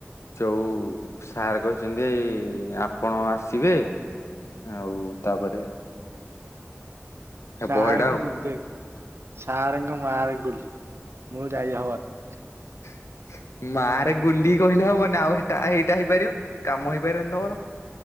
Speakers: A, on the left; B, on the right.
A: ଯଉ ସାରେ କହିଛନ୍ତି ଯେ ଆପଣ ଆସିବେ। ଆଉ ତାପରେ ହେବ
B: ସାରେ
A: ହେଇଟା
B: ଙ୍କୁ
A: ଆଉ।
B: ରି <unintelligible> ସାରେ ଙ୍କୁ ମାରେ ଗୁଳି ମୁଁ ଯାଇ ହବନି।
A: <inaudible> ମା ରେ ଗୁଳି କହିଲେ ହବନି ଆଉଏଟା ଏଇଟା ହେଇପାରିବନି କାମ ହେଇପାରିବନି ତମର।